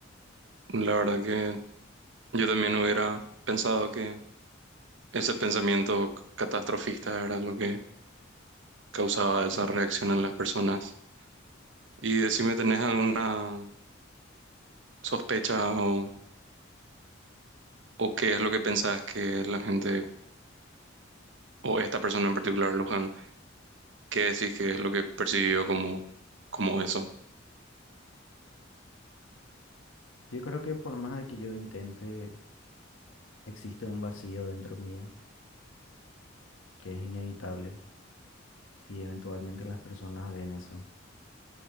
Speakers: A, on the right; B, on the left.
A: La verdad que... Yo también hubiera pensado que ese pensamiento c- catastrofista era lo que causaba esa reacción en las personas. Y decime, ¿tenés alguna sospecha o, o qué es lo que pensás que la gente, o esta persona en particular, Luján, qué decís que es lo que percibió como, como eso?
B: Yo creo que por más de que yo intente, existe un vacío dentro mío que es inevitable y eventualmente las personas ven eso.